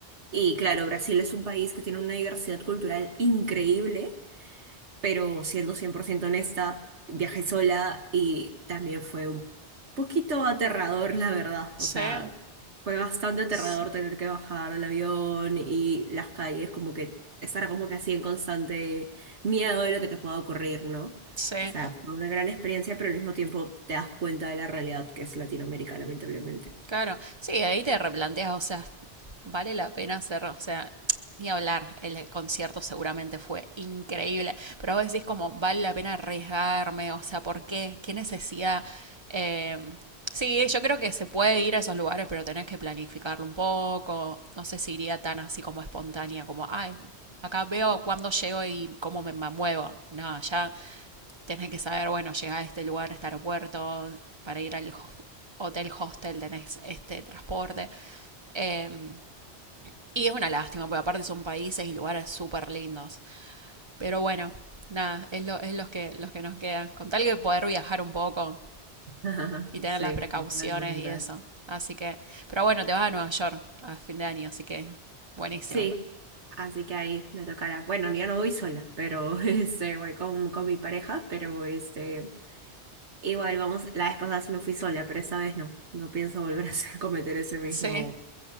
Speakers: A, on the right; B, on the right.
A: Y claro, Brasil es un país que tiene una diversidad cultural increíble pero siendo 100% honesta, viajé sola y también fue un poquito aterrador, la verdad.
B: sí,
A: O sea, fue bastante aterrador
B: sí,
A: tener que bajar del avión y las calles, como que estar como que así en constante miedo de lo que te pueda ocurrir, ¿no?
B: sí,
A: O sea, fue una gran experiencia, pero al mismo tiempo te das cuenta de la realidad que es Latinoamérica, lamentablemente.
B: claro. Sí, ahí te replanteas, o sea, vale la pena hacer, o sea, ni hablar, el concierto seguramente fue increíble, pero vos decís como, vale la pena arriesgarme, o sea, ¿por qué? ¿Qué necesidad? Eh, sí, yo creo que se puede ir a esos lugares, pero tenés que planificarlo un poco, no sé si iría tan así como espontánea, como, ay, acá veo cuándo llego y cómo me muevo, no, ya tenés que saber, bueno, llegar a este lugar, a este aeropuerto, para ir al hotel hostel tenés este transporte. Eh, y es una lástima, porque aparte son países y lugares súper lindos. Pero bueno, nada, es, lo, es los, que, los que nos quedan. Con tal que poder viajar un poco
A: <laughs>
B: y tener
A: Sí,
B: las precauciones
A: totalmente.
B: y eso. Así que, pero bueno, te vas a Nueva York a fin de año, así que buenísimo.
A: Sí, así que ahí me tocará. Bueno, yo no voy sola, pero <laughs> este, voy con, con mi pareja, pero este, igual vamos, la vez pasada sí me fui sola, pero esta vez no, no pienso volver a hacer, <laughs> cometer ese mismo
B: Sí,